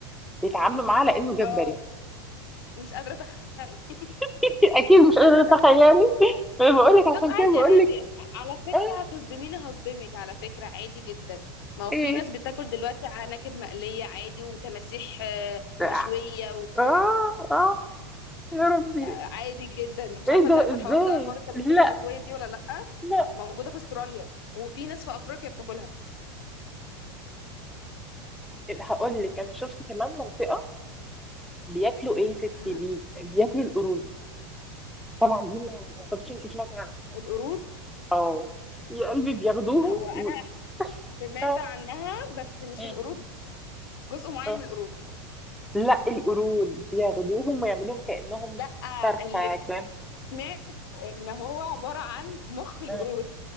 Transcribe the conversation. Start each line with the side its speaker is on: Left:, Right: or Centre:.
Centre: بيتعاملوا معاه لأنه جمبري
Left: اه مش قادرة اتخيل مش
Centre: <laughs> أكيد مش قادرة
Left: قادرة
Centre: أتخيلي أنا بقول لك عشان
Left: طب عادي
Centre: كده بقول
Left: عادي
Centre: لك
Left: على فكرة
Centre: آه
Left: هتصدميني هصدمك على فكرة عادي جدا ما هو في
Centre: إيه
Left: ناس بتاكل دلوقتي عناكب مقلية عادي وتماسيح آه،
Centre: آه
Left: مشوية
Centre: آه آه، يا ربي
Left: وعادي جدا مش
Centre: إيه
Left: عارفة انت
Centre: ده
Left: عارفة
Centre: إزاي
Left: الحوار ده حوار التماسيح
Centre: لا
Left: المشوية دي ولا لأ
Centre: لا
Left: موجودة في استراليا وفي ناس في أفريقيا بتاكلها
Centre: هقول لك أنا شفت كمان منطقة بياكلوا إيه يا ستي
Left: أمم.
Centre: بي- بياكلوا القرود طبعا دي ما ما اعتقدش انت سمعتي عنها
Left: القرود
Centre: اه يا قلبي بياخدوهم
Left: هو أنا
Centre: و...
Left: سمعت
Centre: اه
Left: عنها بس مش
Centre: مم.
Left: القرود جزء معين
Centre: اه
Left: من القرود
Centre: لا القرود بياخدوهم ويعملوهم كأنهم
Left: لأ
Centre: فرخة
Left: اللي
Centre: كان
Left: سمعت ان هو عبارة عن مخ القرود
Centre: مم.